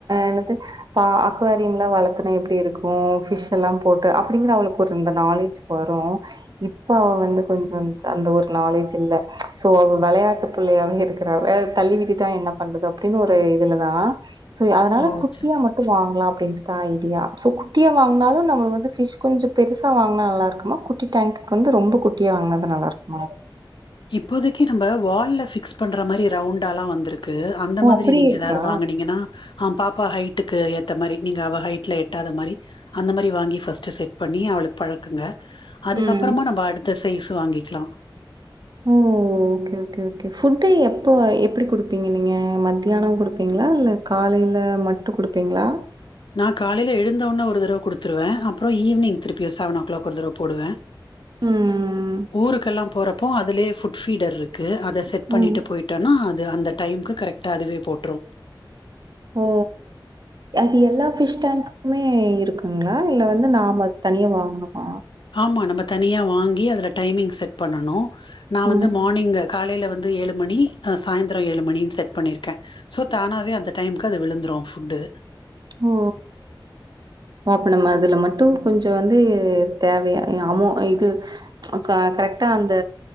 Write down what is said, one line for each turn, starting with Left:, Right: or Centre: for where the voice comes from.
Right: எனது பா குவரியம்லாம் வளர்த்தன எப்டி இருக்கு பிஷ் எல்லா போட்டு அப்படிங்கிற அவளுக்கு ஒரு இந்த நாலேஜ் வரு இப்ப அவ வந்து கொஞ்ச அந்த ஒரு நாலேஜ் இல்ல சோ அவ வெளையாட்டு பிள்ளையாவே இருக்குறா வே தள்ளி விட்டுடா என்ன பண்றது அப்டின்னு ஒரு இதுலதா சோ அதனால
Left: ஓ
Right: குட்டியா
Left: ச
Right: மட்டு வாங்கலா அப்டின்ட்டு தா ஐடியா சோ குட்டியா வாங்கினாலு நம்மளுக்கு வந்து பிஷ் கொஞ்சோ பெருசா வாங்கினா நல்லா இருக்குமா குட்டி டேங்குக்கு வந்து ரொம்ப குட்டியா வாங்கினாத நல்லா இருக்குமா
Left: இப்போதைக்கு நம்ம வால்ல பிக்ஸ் பண்ற மாரி ரவுண்டால்லா வந்ருக்கு க்கு அந்த
Right: ஓ!
Left: மாதிரி
Right: அப்படி
Left: நீங்க
Right: இருக்கா?
Left: ஏதாவது வாங்குனீங்கன்னா ஆ பாப்பாக்கு ஹைட்டுக்கு ஏத்த மாரி நீங்க அவ ஹைட்டல எட்டாத மாரி அந்த மாரி வாங்கி ஃஸ்ட்டு செட் பண்ணி அவளுக்கு பழக்குங்க அதுக்கப்பறமா
Right: ம்.
Left: நம்ம அடுத்த சைஸு வாங்கிக்லா
Right: ஓ ஓக்கே ஓக்கே ஓக்கே புட்டு எப்போ எப்படி குடுப்பீங்க நீங்க மத்தியானோ குடுப்பீங்களா இல்ல காலையில மட்டு குடுப்பீங்களா
Left: நா காலையில எழுந்தவோன்னே ஒரு தடவ கொடுத்துருவே அப்புரோ ஈவினிங் திருப்பியு செவனோ கிளாக் ஒரு தடவ போடுவே
Right: ம்.
Left: ஊருக்கெல்லாப் போறப்போ அதுலேயே ஃபுட் ஃபீடர் இருக்கு து அத செட் பண்ணிட்டு
Right: ம்.
Left: போயிட்டோனா அது அந்த டைம்க்கு கரெக்டா அதுவே போட்ரு
Right: ஓ! அது எல்லா ஃபிஷ் டேங்க்குமே இருக்குங்களா இல்ல வந்து நாம தனியா வாங்குணுமா
Left: ஆமா நம்ம தனியா வாங்கி அதுல டைமிங் செட் பண்ணனு நா
Right: ம்.
Left: வந்து மார்னிங்கு காலையில வந்து ந்து ஏழு மணி அ சாய்ந்தரோ ஏழு மணின்னு செட் பண்ணிருக்கே சோ தானாவே அந்த டைமுக்கு அது விழுந்துரு ஃபுட்டு
Right: ஓ அப்ப நம்ம அதுல மட்டு கொஞ்சு வந்து தேவையா அமொ இது ம்ச் க கரெக்ட்டா அந்த